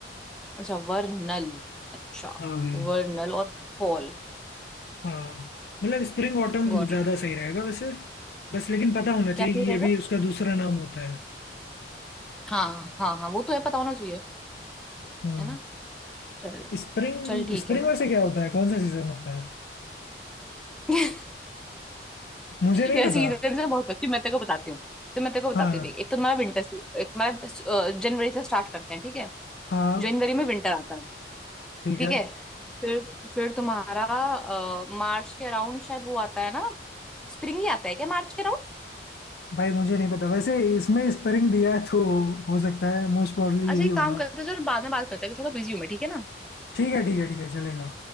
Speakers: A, in the centre; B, on the left.
A: अच्छा वर्नल अच्छा
B: हाँ भाई
A: वर्नल और फॉल
B: हाँ मतलब स्प्रिंग ऑटम
A: Got
B: ज्यादा
A: it
B: सही रहेगा वैसे बस लेकिन पता होना चाहिए
A: क्या सही
B: कि
A: रहेगा
B: ये भी उसका दूसरा नाम होता है
A: हाँ हाँ हाँ वो तो है पता होना चाहिए
B: हाँ
A: है ना चलो
B: स्प्रिंग
A: चल ठीक
B: स्प्रिंग
A: है बस
B: वैसे क्या होता है कौन सा सीजन होता है
A: <laughs>
B: मुझे नहीं
A: यार
B: पता
A: सीजन से बहुत अच्छी मैं तेरे को बताती हूँ तो मैं तेरे को बताती
B: हाँ
A: हूँ देख एक तो तुम्हारा विंटर एक तुम्हारा जनवरी से स्टार्ट करते हैं ठीक है
B: हाँ
A: जनवरी में विंटर आता है
B: ठीक
A: ठीक
B: है
A: है फिर फिर तुम्हारा अ, मार्च के अराउंड शायद वो आता है ना स्प्रिंग ही आता है क्या मार्च के अराउंड
B: भाई मुझे नहीं पता वैसे इसमें स्प्रिंग दिया है तो हो सकता है मोस्ट प्रॉब्ली
A: अच्छा
B: यही
A: एक
B: होगा
A: काम करते हैं चल बाद में बात करते हैं अभी थोड़ा बिजी हूँ मैं ठीक है ना
B: ठीक है ठीक है ठीक है चलेगा